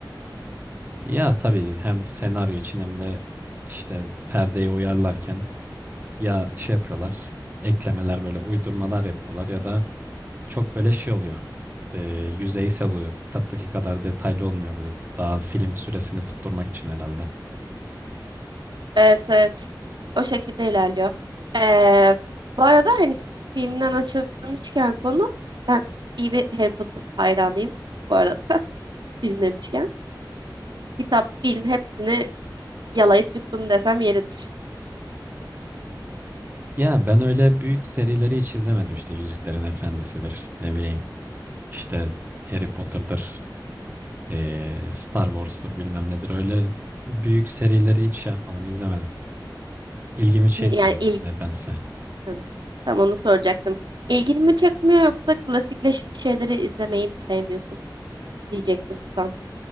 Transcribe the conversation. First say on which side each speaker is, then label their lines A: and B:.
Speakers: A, on the right; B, on the right.
A: Ya tabii hem senaryo için hem de işte perdeye uyarlarken ya şey yapıyorlar, eklemeler böyle uydurmalar yapıyorlar ya da çok böyle şey oluyor. e, yüzeysel oluyor. Kitaptaki kadar detaylı olmuyor böyle. Daha film süresini tutturmak için herhalde.
B: Evet evet. O şekilde ilerliyor. E, bu arada hani filmden açılmışken konu ben iyi bir Harry Potter hayranıyım bu arada <laughs> film demişken. Kitap, film hepsini yalayıp yuttum desem yeridir.
A: Ya ben öyle büyük serileri hiç izlemedim işte Yüzüklerin Efendisi'dir ne bileyim işte Harry Potter'dır e, Star Wars'tur bilmem nedir öyle büyük serileri hiç şey yapmadım izlemedim. İlgimi çekmiyor
B: N- Yani il
A: nedense.
B: Hı, tam onu soracaktım. İlgini mi çekmiyor yoksa klasikleşmiş şeyleri izlemeyi mi sevmiyorsun diyecektim tam.